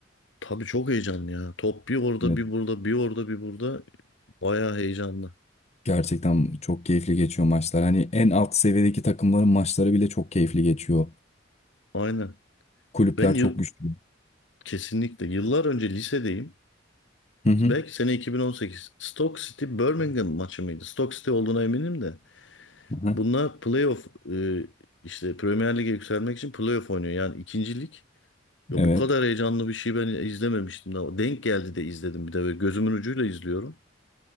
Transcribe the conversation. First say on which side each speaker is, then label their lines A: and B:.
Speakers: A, on the left (about 70°); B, on the left (about 35°).
A: Tabii çok heyecanlı ya. Top bir orada
B: Evet.
A: bir burada bir orada bir burada. Bayağı heyecanlı.
B: Gerçekten çok keyifli geçiyor maçlar. Hani en alt seviyedeki takımların maçları bile çok keyifli geçiyor.
A: Aynen.
B: Kulüpler
A: Ben yıl
B: çok güçlü.
A: kesinlikle yıllar önce lisedeyim.
B: Hı hı.
A: Belki sene 2018. Stoke City Birmingham maçı mıydı? Stoke City olduğuna eminim de.
B: hı hı.
A: Bunlar playoff e, işte Premier Lig'e yükselmek için playoff oynuyor. Yani ikinci lig. Ya
B: Evet.
A: bu kadar heyecanlı bir şey ben izlememiştim daha. Denk geldi de izledim bir de böyle gözümün ucuyla izliyorum.